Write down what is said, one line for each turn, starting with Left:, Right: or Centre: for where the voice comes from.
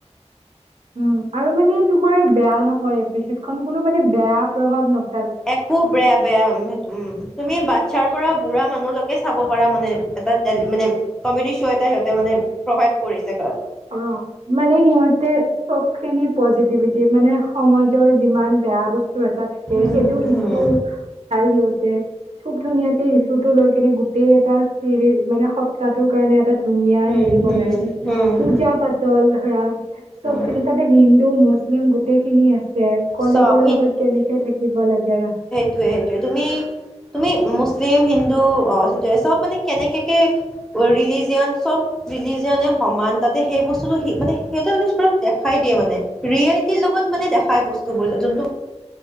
Right: উমঁ, আৰু মানে তোমাৰ বেয়া নহয় এপিচিদ খন কোনো মানে বেয়া প্ৰভাৱ ন
Centre: একো বেয়া-বেয়া উম' সেইটো তুমি বাচ্ছাৰ পৰা বুঢ়া মানুহলৈকে চাব পাৰা মানে। এটা মানে কমেডি শ্ব' এটা সিহঁতে মানে প্ৰভাইড কৰিছে। কাৰণ
Right: অঁ', মানে সিহঁতে- চবখিনি পজিটিভিটি মানে সমাজৰ যিমান বেয়া ব- স্তু এটা থাকে
Centre: উম
Right: সেইটো ইছু
Centre: হম
Right: তাই সিহঁতে- খুব ধুনীয়াকে ইচ্যুটো লৈ কেনে গোটেই এটা চিৰি মানে সপ্তাহটোৰ কাৰণে এটা- ধুনীয়া
Centre: হম
Right: হেৰি বনাই-
Centre: হম হম
Right: পূজা
Centre: হম
Right: পাতল ধৰা'
Centre: হম
Right: চবখিনি তা'তে হিন্দু, মুছলিম গোটেইখিনি আছে। কলিগৰ
Centre: চব
Right: লগত কেনেকে থাকিব লাগে।
Centre: সেইটোয়ে-সেইটোয়ে। তুমি, তুমি মুছলিম, হিন্দু অঁহ' সেইটোৱে, চব মানে কেনেকেকে- অৰিলিজিয়ান চব- বিলি যোনে সমান তা'তে সেই বস্তুটো সেই মানে সেইটো মানে পুৰা দেখাই দিয়ে মানে। ৰিয়েলিটিৰ লগত মানে দেখাই বস্তুবোৰ। যোনটো